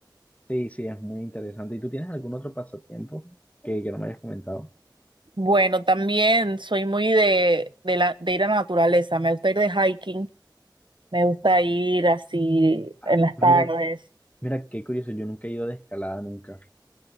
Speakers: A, on the left; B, on the right.
A: Sí, sí, es muy interesante. ¿Y tú tienes algún otro pasatiempo que, que no me hayas comentado?
B: Bueno, también soy muy de, de la, de ir a la naturaleza. Me gusta ir de hiking, me gusta ir así en
A: Ah,
B: las
A: ah,
B: tardes
A: mira, mira, qué curioso, yo nunca he ido de escalada, nunca.